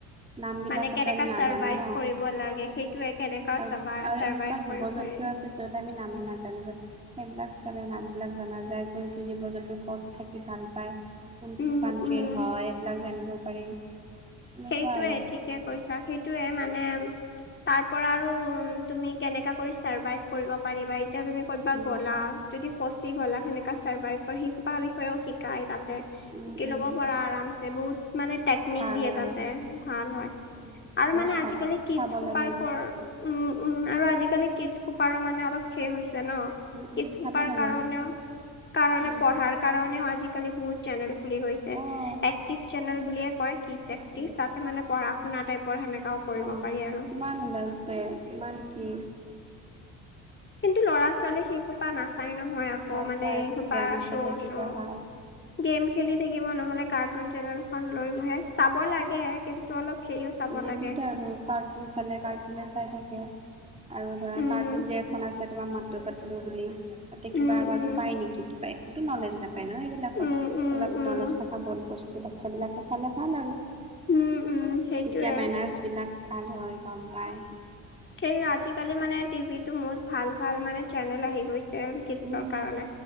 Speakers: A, on the right; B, on the left.
A: নামবিলাকতো
B: মানে কেনেকা
A: আমি নাজানো
B: চাৰভাইভ
A: ন
B: কৰিব লাগে, সেইটোৱে কেনেকা
A: আৰু আৰু
B: চাৰাইভ
A: এনেকুৱা
B: কৰিব
A: জীৱ জন্তু
B: পাৰি।
A: আছে য'ত আমি নামেই নাজানো বাট সেইবিলাক চালে নামবিলাক জনা যায়, কোনটো জীৱ জন্তু ক'ত থাকি ভাল পায়। কোনটো
B: উম
A: কানন্ট্ৰীৰ
B: উম
A: হয়, এইবিলাক জানিব পাৰি। তেনেকুৱা
B: সেইটোয়ে
A: আৰু
B: ঠিকে কৈছা, সেইটোৱে মানে তাৰ পৰা আৰু তুমি কেনেকা কৰি চাৰ্ভাইভ কৰিব পাৰিবা এতিয়া তুমি ক'ৰবা
A: উম
B: গ'লা যদি ফচি গ'লা সেনেকা চাৰ্ভাইভ কৰে সেইসোপা বিষয়েও শিকায় তাত। শিকি
A: উম উম
B: ল'ব পাৰা আৰামছে বহুত মানে টেকনিক
A: ভাল
B: দিয়ে
A: হয়
B: তাত। ভাল হয়,
A: উম, উম,
B: আৰু
A: বহুত
B: মানে
A: ভাল
B: আজিকালি কিড
A: চাব
B: সোপাৰ
A: লাগে এইবিলাক।
B: ওপৰত উম, উম, আৰু আজিকালি কিডচ সোপাৰো মানে অলপ অলপ শেষ হৈছে ন,
A: উম,
B: কিডছ
A: উম, চাব
B: সোপাৰ
A: লাগে
B: কাৰণেও কাৰণে,
A: উম,
B: পঢ়াৰ কাৰণেও আজিকালি বহুত চেনেল খুলি গৈছে,
A: অ',
B: একটিভ চেনেল বুলিয়ে কয় কিডছ একটিভ
A: উম,
B: তাতে মানে পঢ়া শুনা না টাইপৰ সেনেকাও কৰিব
A: অ',
B: পাৰি আৰু।
A: কিমান ওলাইছে, কিমান কি!
B: কিন্তু ল'ৰা ছোৱালী সেইসোপা নাচায় নহয়, আকৌ
A: নাই
B: মানে
A: চাই
B: এই সোপা
A: গেম খেলে
B: শ্ব'
A: কিবা
B: শ্ব'।
A: খায়।
B: গেম খেলি থাকিব নহ'লে কাৰ্টুন চেনেলখন লৈ বহে চাব লাগে, কিন্তু অলপ সেইও চাব
A: লিমিট
B: লাগে।
A: আৰু কাৰ্টুন চালে কাৰ্টুনে চাই থাকে। আৰু ধৰা
B: উম
A: কাৰ্টুন যে এখন আছে তোমাৰ মটো-পতলু বুলি। তাতে কিবা
B: উম
A: বাৰু
B: উম
A: পায় নেকি কিবা কতো নলেজ নাপায় ন সেইবিলাকত।
B: উম উম
A: অলপ
B: উম।
A: নলেজ থকা বস্তু বাচ্ছাবিলাকে চালে ভাল আৰু।
B: উম' উম। সেইটোয়ে।
A: তেতিয়া মেনাৰছ বিলাক ভাল হয়, গম পায়।
B: সেই আজিকালি মানে টিভি টো মোত ভাল ভাল মানে চেনেল আহি গৈছে। কিটছৰ
A: উম।
B: কাৰণে।